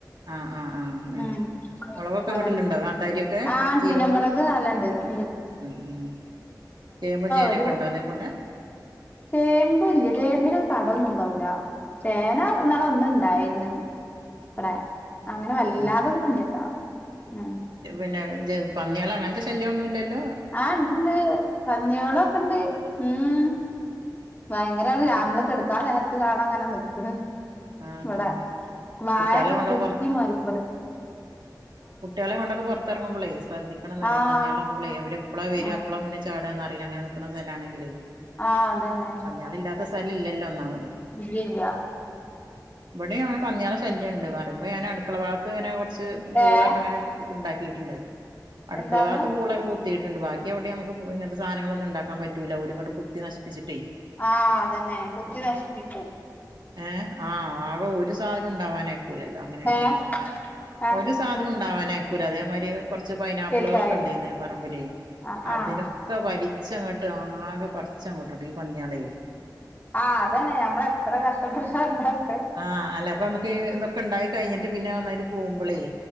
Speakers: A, on the right; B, on the left.
A: ആ ആ ആ അങ്ങനെ
B: ഉം
A: മുളകൊക്കെ
B: അതന്നെ
A: വീട്ടിലുണ്ടോ കാന്താരിയൊക്കെ
B: ആ
A: ചീരമുളക്
B: ചീനമളക് നാൽണെണ്ട് ണ്ട്
A: ഉം ഉം ചേമ്പും ചേനിയൊക്കെണ്ടോ
B: ഒരു
A: അതേപോലെ
B: ചേമ്പ്. ല്യ ചേമ്പില് കടൊന്നുംണ്ടാവൂല ചേന
A: ഉം
B: അന്നാള് ഒന്ന് ഇണ്ടായിരുന്നു വടെ
A: ഉം
B: അങ്ങനെ
A: ഉം
B: വല്ലാതൊന്നുല്യ
A: ഉം
B: ട്ടോ ഉം
A: പിന്നെ ജ പന്ന്യാളങ്ങൻത്ത ശല്യന്നുല്ലല്ലോ
B: ആഹ്‌ ണ്ട് പന്ന്യാളൊക്കെണ്ട് ഉം
A: ഉം
B: ഭയങ്കരമാണ്
A: അത്
B: ലാ. അമ്മള് കെട്ക്കാൻ നേരത്ത് കാണാ ങ്ങനെ നിക്ക്‌ണ്
A: ആ
B: വടെ
A: ആ
B: വായൊക്കെ
A: കുട്ടികളെ കൊണ്ടോയി
B: കുത്തി മറിക്കൊലൊ
A: കുട്ട്യാളിം കൊണ്ടൊക്കെ പൊർത്തർ ങ്ങുമ്പളേ ശ്രദ്ധി- ക്കണംന്നറ്യ.
B: ആഹ്
A: ഈ പന്ന്യാളാവുമ്പളേ അവരെപ്പളാ വര
B: ആഹ്
A: എപ്പളാ മുന്നി ചാടാന്നറീല. അങ്ങനെ നിക്ക്‌ണ സ്ഥലാണെങ്കിലെ
B: ആഹ്‌ അതന്നെ
A: പന്ന്യാളില്ലാത്ത സ്ഥലം ഇല്ലല്ലോ ഒന്നാമത്
B: ഇല്ല്യല്ല
A: ഉം വടിം അങ്ങനെ പന്ന്യാളെ ശല്യംണ്ട്. പറിമ്പോ ഞാനട്ക്കള ഭാഗത്ത്ങ്ങനെ കൊർച്ച് പൂളൊക്കെങ്ങനെ
B: ഏഹ്
A: ഇണ്ടാക്കിയിട്ട്ണ്ട്. അടുക്കള
B: എന്താന്ന്
A: ഭാത്ത് പൂളൊക്കെ കുത് ത്തീട്ട്ണ്ട്. ബാക്കി എവിടിം നമ്മക്ക് ഇ ങ്ങൻത്തെ സാനങ്ങളൊന്നും ഇണ്ടാക്കാൻ പറ്റൂല, ഓല്ങ്ങട്ട് കുത്തി നശിപ്പിച്ചിട്ടേയ്
B: ആഹ്‌ അതന്നെ കുത്തി നശിപ്പിക്കും
A: ഏഹ്‌ ആഹ് ആകെ ഒരു സാധനും ഇണ്ടാവാനയ് - ക്കൂല്ലല്ലോ. അങ്ങനേണോല്.
B: ഏഹ് ആഹ്
A: ഒരു സാധനു ണ്ടാവാനയ്ക്കൂല അതേമാരി കൊർച്ച് പൈനാപ്പിളേളൊക്കെണ്ടേന്ന്
B: തീർച്ചയായും
A: പറമ്പിലേയ്.
B: ആഹ്
A: അതിന്
B: ആഹ്
A: ക്ക വലിച്ചങ്ങട്ട് ആകെ പറിച്ചങ്ങോട്ടി ടും ഈ പന്ന്യാളേയ്
B: ആഹ്‌ അതന്നെ ഞമ്മളെത്ര കഷ്ടപ്പെട്ടിട്ടാ ണ്ടാക്ക
A: ആഹ് അല്ല അപ്പമ്മക്കീ തൊക്കെണ്ടായി കഴിഞ്ഞിട്ട് പിന്നെ ഒന്നായിട്ട് പോവുമ്പളേയ്,